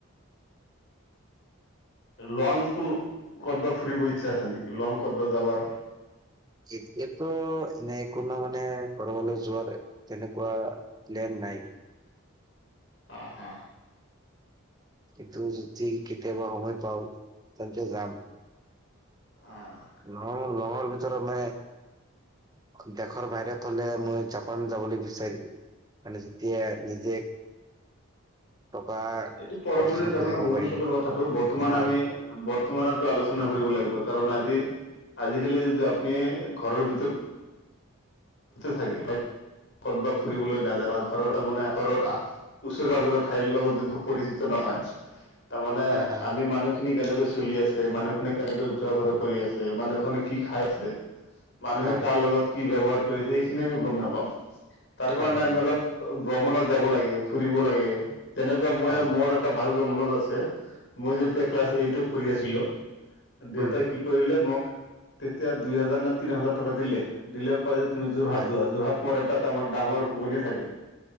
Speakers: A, on the left (about 60°); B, on the right (about 20°).
A: লং কোনো কৰবা ফুৰিব ইচ্ছা আছে নেকি লং কৰবা যাবৰ
B: এতিয়াতো এনেই কোনো মানে কৰবাৰলৈ যোৱাৰ তেনেকুৱা প্লেন নাই
A: অ, হ
B: কিন্তু যদি কেতিয়াবা সময় পাওঁ তেন্তে যাম।
A: আহ
B: লং লঙৰ ভিতৰত মানে দেশৰ বাহিৰত হলে মই জাপান যাবলৈ বিচাৰিম মানে যেতিয়া নিজে টকা
A: এইটো পৰৱৰ্তী
B: অৰ্জন
A: তাৰমানে
B: কৰিব
A: ভৱিষ্যতৰ
B: পাৰিম
A: কথাটো বৰ্তমান
B: হা
A: আমি বৰ্তমানতো আলোচনা কৰিব লাগিব কাৰণ আজি আজিকালি যদি আপুনি ঘৰৰ ভিতৰত থাকে ক'তবা ফুৰিবলে নাযায় বা ঘৰৰ মানে ঘৰৰ ওচৰ পাজৰ ঠাইৰ লগত যদি পৰিচিত নহয় তাৰমানে
B: হয়
A: আমি মানুহ খিনি কেনেকৈ চলি আছে মানুহখিনি কেনেকৈ ঘুৰা ফুৰা কৰি আছে মানুহখনে কি খাই আছে মানুহে
B: হয়
A: কাৰ লগত কি ব্যৱহাৰ কৰিছে এইখিনি আমি গম নাপাম তাৰ
B: হয়
A: কাৰনে
B: হয় হয়
A: আমি অলপ ভ্ৰমণত যাব লাগে ফুৰিব লাগে তেনেকুৱা মই
B: হয়
A: মোৰ। ত ভালকে মনত আছে মই যেতিয়া ক্লাছ এইটট পঢ়ি আছিলো দেউতাই
B: উম
A: কি কৰিলে মোক তেতিয়া দুই হাজাৰ নে তিনি হাজাৰ টকা দিলে দিলে কয় যে তুমি যোৰহাট
B: হয়
A: যোৱা যোৰহাট মম এটাত ত আমাৰ ডাঙৰ বনি থাকে